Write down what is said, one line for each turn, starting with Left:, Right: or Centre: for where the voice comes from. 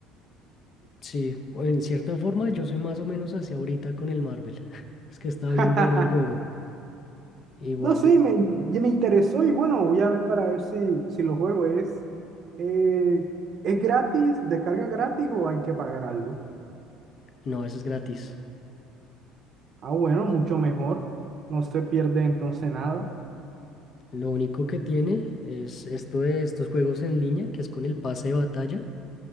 Left: Sí, en cierta forma yo soy más o menos hacia ahorita con el Marvel. <laughs> Es que está
Right: <laughs>
Left: bien bueno el juego. Igual
Right: No sé,
Left: de...
Right: me, ya me interesó y bueno, voy a ver para ver si, si lo juego. ¿Es, eh, es gratis, descarga gratis o hay que pagar algo?
Left: No, eso es gratis.
Right: Ah, bueno, mucho mejor. No se pierde entonces nada.
Left: Lo único que tiene es esto de estos juegos en línea, que es con el pase de batalla.